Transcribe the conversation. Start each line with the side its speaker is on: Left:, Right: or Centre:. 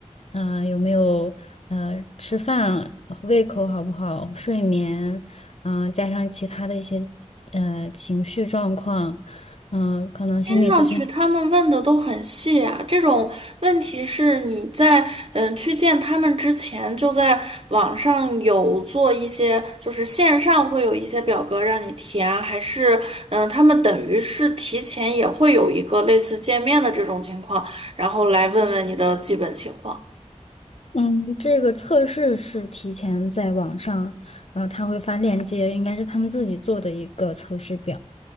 Left: 嗯、呃有没有呃吃饭胃口好不好，睡眠。嗯，加上其他的一些呃情绪状况，嗯，可能心理咨询，
Right: 听上去他们问的都很细啊，这种问题是你在嗯去见他们之前就在网上有做一些，就是线上会有一些表格让你填啊，还是嗯他们等于是提前也会有一个类似见面的这种情况，然后来问问你的基本情况。
Left: 嗯，这个测试是提前在网上，呃，他会发链接，应该是他们自己做的一个测试表。